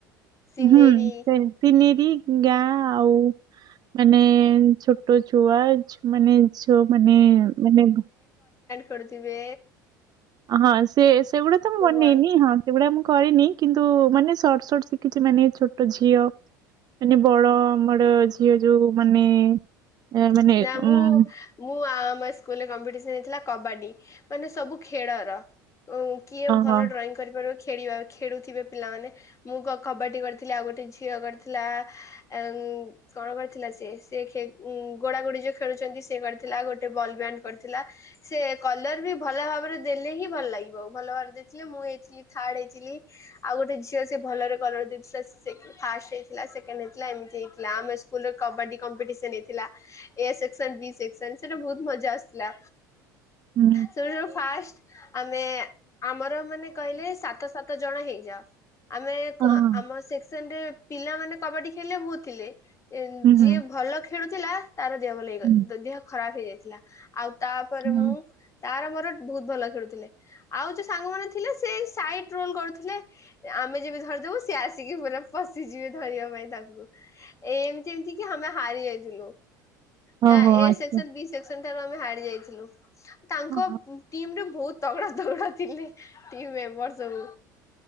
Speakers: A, on the left (about 30°); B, on the right (about 40°).
A: ସିନେରୀ
B: ହୁଁ ସେ ପିନିରି ଗାଁ ଆଉ ମାନେ ଛୋଟ ଛୁଆ ମାନେ ଯୋଉମାନେ ମାନେ
A: କରୁଥିବେ
B: ହଁ ସେ ସେଗୁଡା ତ ମୁଁ ବନେଇନି
A: ବଲ
B: ହଁ ସେଗୁଡା ମୁଁ କରିନି। କିନ୍ତୁ ମାନେ ସଟ ସଟ ଶିଖିଛି ମାନେ ଛୋଟ ଝିଅ ମାନେ ବଡ ଆମର ଝିଅ ଯୋଉ ମାନେ ଏ ମାନେ
A: ନା
B: ଉଁ
A: ମୁଁ ମୁଁ ଆଁ। ମୋ ସ୍କୁଲରେ କମ୍ପିଟିସନ୍ ହେଇଥିଲା କବାଡ଼ି ମାନେ ସବୁ ଖେଳର ଉମ୍ କିଏ
B: ଓହୋ
A: ଭଲ ଡ୍ରଇଂ କରିପାରିବ କି? ଖେଳିବା ଖେଳୁଥିବେ ପିଲାମାନେ ମୁଁ କ କବାଡ଼ି କରିଥିଲି ଆଉ ଗୋଟେ ଝିଅ କରିଥିଲା ଅମ୍ କଣ କରିଥିଲା ସେ ସେ ଖେ ଉମ୍ ଗୋଡ଼ା ଗୋଡି ଯୋଉ ଖେଳୁଛନ୍ତି ସେ କରିଥିଲା ଗୋଟେ ବଲ୍ ବ୍ୟାଣ୍ଡ କରିଥିଲା ସେ କଲର ବି ଭଲ ଭାବରେ ଦେଲେ ହିଁ ଭଲ ଲାଗିବ ଭଲ ଭାବରେ ଦେଇଥିଲେ ମୁଁ ହେଇଥିଲି ଥାର୍ଡ ହେଇଥିଲି ଆଉ ଗୋଟେ ଝିଅ ସେ ଭଲରେ କଲର ଦେଇଥିଲା ସେ ସେକେ ଫାଷ୍ଟ ହେଇଥିଲା ସେକେଣ୍ଡ ହେଇଥିଲା ଏମିତି ହେଇଥିଲା ଆମ ସ୍କୁଲରେ କବାଡ଼ି କମ୍ପିଟିସନ ହେଇଥିଲା। ଏ ସେକ୍ସନ ବି ସେକ୍ସନ ସେଟା ବହୁତ ମଜା ଆସୁଥିଲା।
B: ହୁଁ
A: ସେମାନଙ୍କର ଫାଷ୍ଟ ଆମେ ଆମର ମାନେ କହିଲେ ସାତ ସାତ ଜଣ ହେଇଯାଅ ଆମେ କ
B: ଓହୋ
A: ଆମ ସେକ୍ସନ ରେ ପିଲାମାନୋନେ କବାଡି ଖେଳିଲେ ମୁଁ ଥିଲେ। ଉମ୍
B: ହୁଁ
A: ଯିଏ
B: ହୁଁ
A: ଭଲ ଖେଳୁଥିଲା। ତାର ଦେହ ଭଲ ହେଇଗ
B: ହୁଁ
A: ଦେହ ଖରାପ ହେଇଯାଇଥିଲା ଆଉ ତାପରେ
B: ହଁ,
A: ମୁଁ ତାର ମୋର ବହୁତ ଭଲ ଖେଳୁଥିଲେ ଆଉ ଯୋଉ ସାଙ୍ଗ ମାନ ଥିଲେ ସେ ସାଇଟ ରୋଲ କରୁଥିଲେ ଆମେ ଯେମି ଧରିଦବୁ ସି ଆସିକି ପ ପଶିଯିବେ ଧରିବା ପାଇଁ ତାଙ୍କୁ ଏମିତି ଏମିତି କି ଆମେ ହାରି ଯାଇଥିଲୁ।
B: ଓହୋ
A: ଏ
B: ଆଚ୍ଛା
A: ସେକ୍ସନ ବି ସେକ୍ସନ ଠାରୁ ଆମେ ହାର ଯାଇଛୁ। ଥିଲୁ। ତାଙ୍କ
B: ଓହୋ
A: ଟିମ ରେ ବହୁତ ତଗଡା ତଗଡା ଥିଲେ ଟି ମେମ୍ବର ସବୁ।